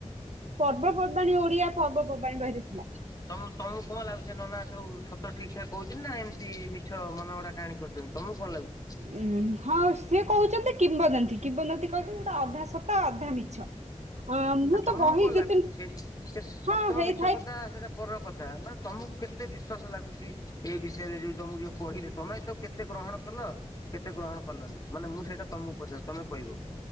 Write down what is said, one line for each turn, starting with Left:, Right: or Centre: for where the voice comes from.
Right: ପର୍ବପର୍ବାଣିୀ ଓଡିଆ ପର୍ବପର୍ବାଣିୀ ବହିରେ ଥିଲା।
Left: ତମୁ ତମକୁ କଣ ଲାଗୁଛେ ନ ନା ସଉ ସତ ଠିକ୍ ଠାକ୍ କହୁଛି ନା ଏମ୍ତି ମିଛ ମନ ଗଡା କାହାଣୀ କର୍ ଚନ୍ତି ତମକୁ କଁ ଲାଗୁ
Right: ଉ ହଁ ସେଏ କହୁଛନ୍ତି କିମ୍ବଦନ୍ତୀ କିମ୍ବଦନ୍ତୀ କହୁଛନ୍ତି ଅଧା ସତା ଅଧା ମିଛ। ଅ ମୁଁ
Left: ତମକୁ
Right: ତ ବହି
Left: କଣ
Right: ଦି
Left: ଲାଗୁଛି
Right: ତିନି
Left: ସେ ସେ ସତ
Right: ହଁ ହେଇଥାଏ
Left: ମିଛ କଥା ସେଇଟା ପ କଥା ମାନେ ତମକୁ କେତେ ବିଶ୍ଵାସ ଲାଗୁଛି ଏଇ ବିଷୟରେ ଯୋଉ ତମକୁ ଯୋଉ କହିଲେ ତମେ ଏଟକୁ କେତେ ଗ୍ରହଣ କଲ କେତେ ଗ୍ରହଣ କଲନି ମାନେ ମୁଁ ସେଇଟା ତମକୁ ପଚ ତମେ କହିବ?